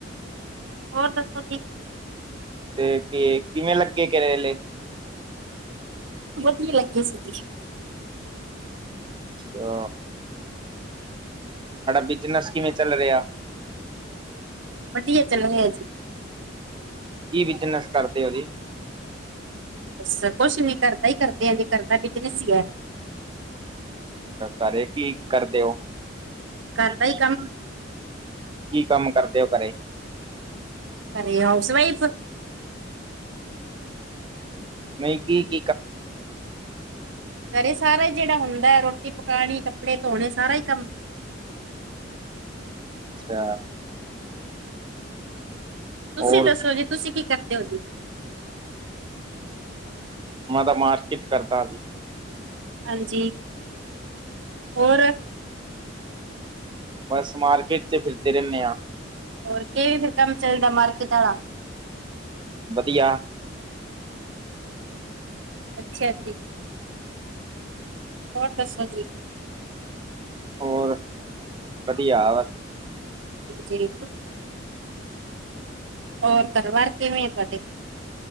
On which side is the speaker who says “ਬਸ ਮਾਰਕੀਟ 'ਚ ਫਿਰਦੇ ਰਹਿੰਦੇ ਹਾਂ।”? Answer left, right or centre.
Right